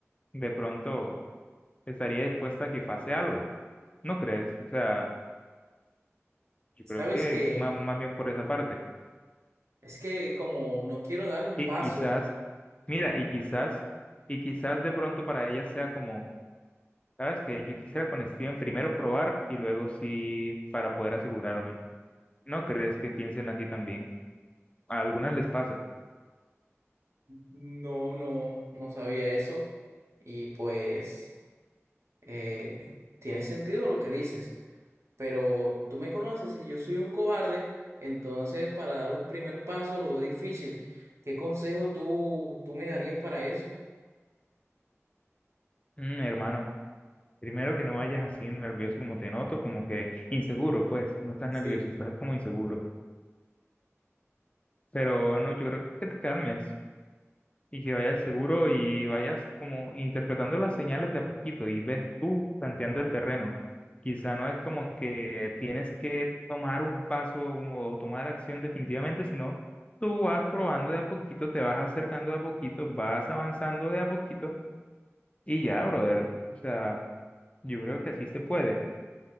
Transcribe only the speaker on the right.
¿sabes
qué?
Es que como no quiero dar un
paso,
no, no, no sabía eso y pues eh, tiene sentido lo que dices, pero tú me conoces y yo soy un cobarde, entonces para dar un primer paso lo veo difícil. ¿Qué consejo tú, tú me darías para eso?
Sí.